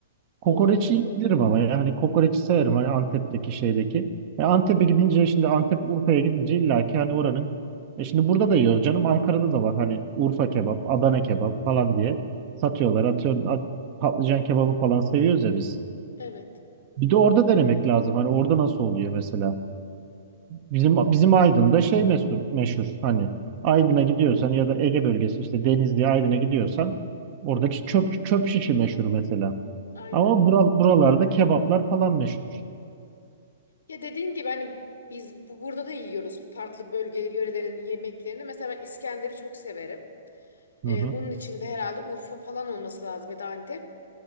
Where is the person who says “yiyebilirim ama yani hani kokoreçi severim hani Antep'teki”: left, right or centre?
Right